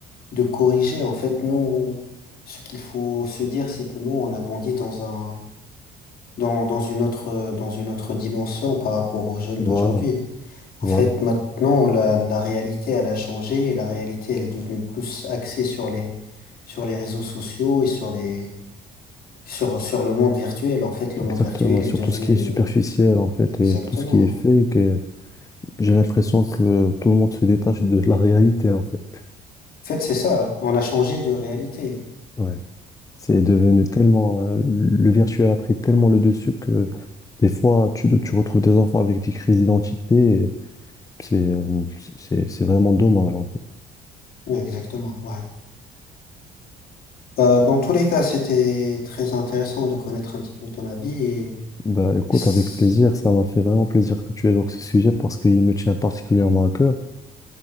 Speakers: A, on the left (about 60°); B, on the left (about 20°).
A: de corriger. En fait, nous, ce qu'il faut se dire, c'est que nous, on a grandi dans un, dans, dans une autre, dans une autre dimension par rapport aux jeunes
B: Voilà,
A: d'aujourd'hui. En
B: voilà.
A: fait, maintenant, la, la réalité, elle a changé et la réalité, elle est devenue plus axée sur les, sur les réseaux sociaux et sur les, sur, sur le monde virtuel. En fait, le
B: Exactement.
A: monde virtuel est
B: Sur
A: devenu,
B: tout ce qui est superficiel, en fait, et
A: exactement.
B: tout ce qui est
A: hein.
B: fake. et J'ai l'impression que tout le monde se détache de la réalité, en fait.
A: En fait, c'est ça. hein. On a changé de réalité.
B: Ouais. C'est devenu tellement, euh, le virtuel a pris tellement le dessus que des fois, tu, tu retrouves des enfants avec des crises d'identité. et C'est, euh, c'est, c'est vraiment dommage. en fait.
A: Oui, Exactement, ouais. Euh, dans tous les cas, c'était très intéressant de connaître un petit peu ton avis et
B: Bah, écoute,
A: s-
B: avec plaisir, ça m'a fait vraiment plaisir que tu évoques ce sujet parce qu'il me tient particulièrement à cœur